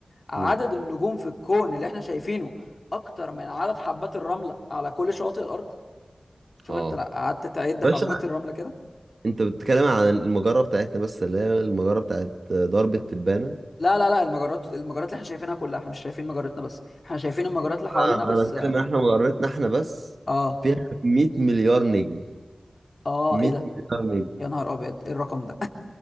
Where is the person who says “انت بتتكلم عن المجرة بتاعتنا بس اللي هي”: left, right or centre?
Right